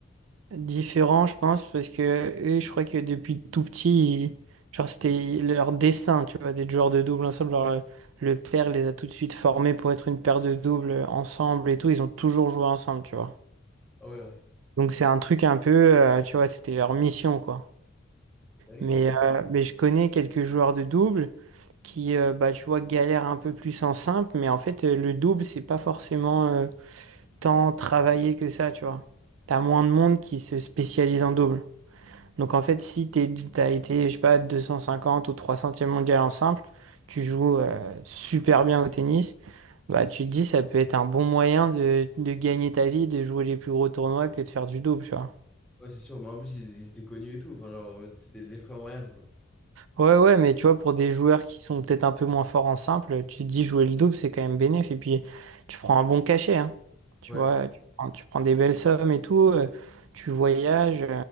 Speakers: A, on the right; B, in the centre.
A: Différent, je pense, parce que eux, je crois que depuis tout petit, ils- genre, c'était leur destin, tu vois, d'être joueurs de double ensemble. Genre, euh, le père les a tout de suite formés pour être une paire de doubles euh, ensemble et tout. Ils ont toujours joué ensemble, tu vois.
B: Ah ouais, ouais.
A: Donc, c'est un truc un peu, euh, tu vois, c'était leur mission, quoi.
B: c'est une dinguerie,
A: Mais,
B: en vrai.
A: euh, mais je connais quelques joueurs de double qui, euh, bah, tu vois, galèrent un peu plus en simple, mais en fait, euh, le double, c'est pas forcément euh, tant travaillé que ça, tu vois. T'as moins de monde qui se spécialise en double. Donc en fait, si t'es, t'as été, je sais pas, 250 ou 300e mondial en simple, tu joues euh, super bien au tennis, bah tu te dis ça peut être un bon moyen de, de gagner ta vie, de jouer les plus gros tournois que de faire du double, tu vois.
B: Ouais, c'est sûr. Bah, en plus, ils, ils étaient connus et tout. Enfin, genre, en mode, c'était les frères Marianne, quoi.
A: Ouais, ouais, mais tu vois, pour des joueurs qui sont peut-être un peu moins forts en simple, tu te dis jouer le double, c'est quand même bénéf, et puis tu prends un bon cachet, hein. Tu
B: Ouais.
A: vois, tu prends, tu prends des belles sommes et tout, euh, tu voyages, euh,